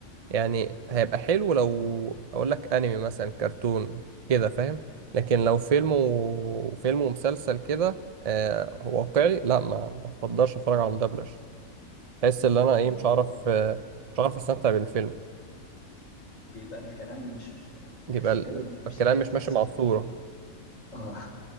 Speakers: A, on the right; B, on the left.
A: يعني هيبقى حلو لو اقول لك انمي مثلا كرتون كده فاهم لكن لو فيلم وفيلم ومسلسل كده آه واقعي لا ما ما افضلش اتفرج على مدبلج احس ان انا
B: فعلا
A: ايه مش
B: بيبقى
A: عارف آه مش عارف استمتع بالفيلم
B: بيبقى الكلام مش
A: يبقى
B: تحسه
A: ال-
B: كده ما فيهوش
A: الكلام
B: احساس
A: مش ماشي مع
B: بال
A: الصورة
B: بال- اه